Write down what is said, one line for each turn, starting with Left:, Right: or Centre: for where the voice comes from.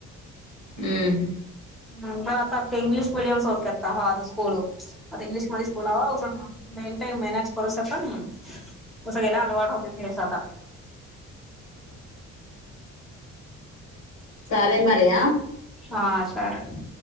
Left: हम्.
Centre: तर आता इंग्लिश मिडियम सोडतात का? हा आता स्कूल आता इंग्लिशमध्ये बोलावां मेन टाईम मॅनेज करू शकत मी तसं गेला अलवाट होत. तेथेच आता.
Left: चालेल मला या.
Centre: हा चालेल.